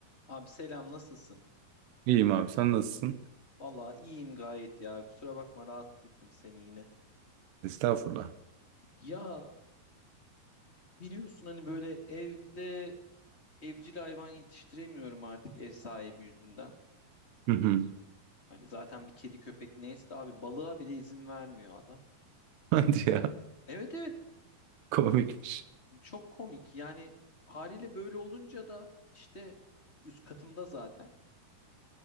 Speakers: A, on the left; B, on the right.
A: Abi selam nasılsın?
B: İyiyim abi sen nasılsın?
A: Vallahi iyiyim gayet ya. Kusura bakma rahatsız ettim seni yine.
B: Estağfurullah.
A: Ya biliyorsun hani böyle evde evcil hayvan yetiştiremiyorum artık ev sahibi yüzünden.
B: Hı hı.
A: Hani zaten bir kedi köpek neyse de abi balığa bile izin vermiyor adam.
B: <laughs> Hadi ya
A: Evet evet
B: komikmiş.
A: çok komik yani haliyle böyle olunca da işte üst katımda zaten.